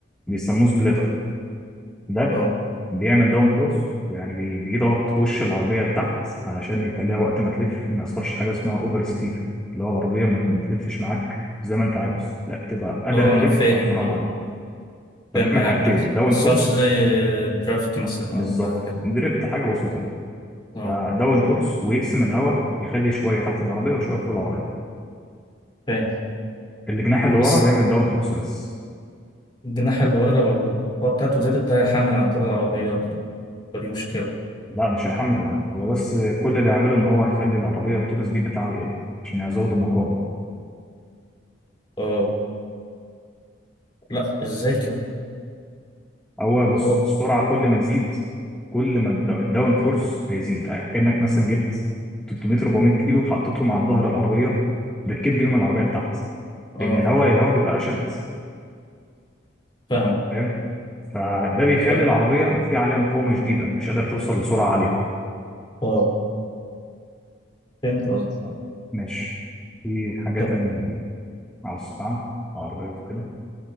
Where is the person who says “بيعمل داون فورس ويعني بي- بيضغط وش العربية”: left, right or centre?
Centre